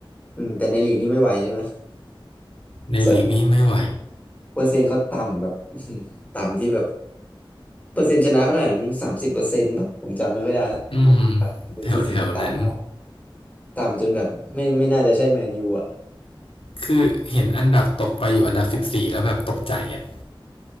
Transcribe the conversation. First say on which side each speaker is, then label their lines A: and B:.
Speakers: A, on the left (about 15°); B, on the left (about 80°).
A: อืมแต่ในลีกนี่ไม่ไหวใช่ไหม
B: ในลีกนี้ไม่ไหว
A: เสเปอร์เซ็นต์เขาต่ำแบบ <laughs> อื้อหือต่ำที่แบบเปอร์เซ็นต์ชนะเขาเท่าไหร่มันสามสิบเปอร์เซ็นต์ป่ะผมจำไม่ค่อยได้และ
B: อืมว
A: หรือสี่สิบต่ำมาก
B: แถวๆนั้น
A: ต่ำจนแบบไม่ไม่น่าจะใช่แมนยูอ่ะ
B: คือเห็นอันดับตกไปอยู่อันดับสิบสี่แล้วแบบตกใจอ่ะ